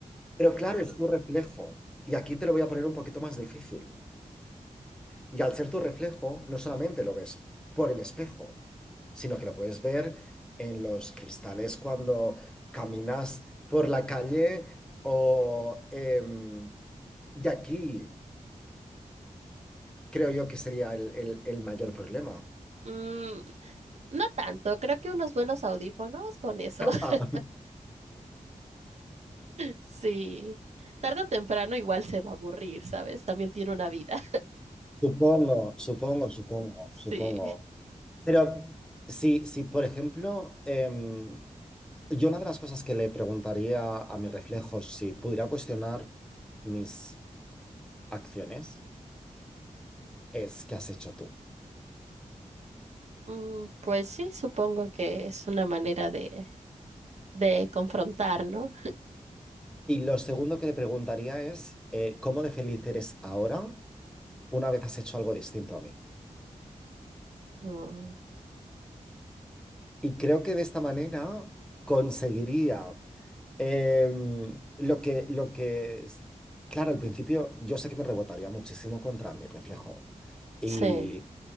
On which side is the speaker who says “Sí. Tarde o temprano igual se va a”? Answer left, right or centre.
Right